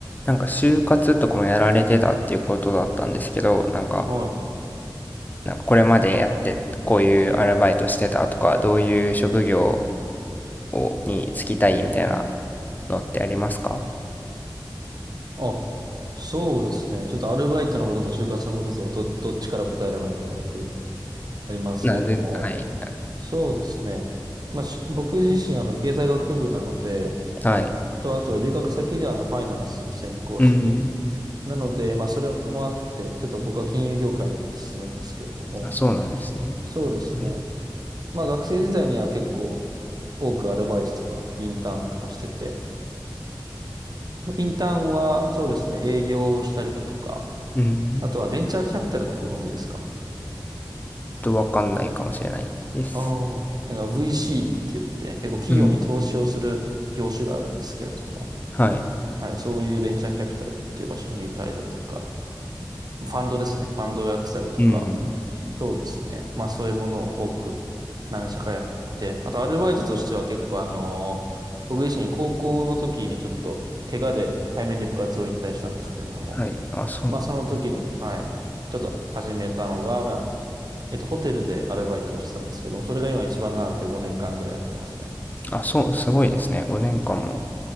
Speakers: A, on the left; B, on the right.
A: なんか就活とかもやられてたっていうことだったんですけど、なんか、
B: はい。
A: なんかこれまでやってこういうアルバイトしてたとか、どういう職業をに就きたいみたいなのってありますか
B: あ、そうですね。ちょっとアルバイトのことと就活のこととど、どっちから答えればいいのかっていう、ありますけども。
A: なんで、はい。
B: そうですね。まあ、し僕自身、あの、経済学部なので、
A: はい。
B: と、あと、留学先であの、ファイナンス専攻してて。
A: うん。
B: なので、まあ、それもあって、ちょっと僕は金融業界に進むんですけれども。
A: あ、そうなんですね。
B: そうですね。
A: はい。
B: まあ、学生時代には結構、多くアルバイトとか、インターンとかしてて。インターンは、そうですね、営業をしたりだとか、
A: うん。
B: あとはベンチャーキャピタルってご存知ですか
A: ちょっとわかんないかもしれないです。
B: ああー。なんか VC って言って、結構企業に投資をする業種があるんですけれども、
A: うん。はい。
B: はい、そういうベンチャーキャピタルっていう場所にいたりだとか、ファンドですね。ファンドをやってたりとか、
A: うん。
B: そうですね。まあそういうものを多く何社かやって、あとアルバイトとしては結構あのー僕自身高校の時にちょっと怪我で背面で部活を引退したんですけれども、
A: はい。あ、そうな、
B: まあその時に、
A: うん
B: はい、ちょっと始めたのが、まあえっと、ホテルでアルバイトをしてたんですけども、それが今一番長くて5年間ぐらいやってますね。
A: あ、そう、すごいですね。5年間も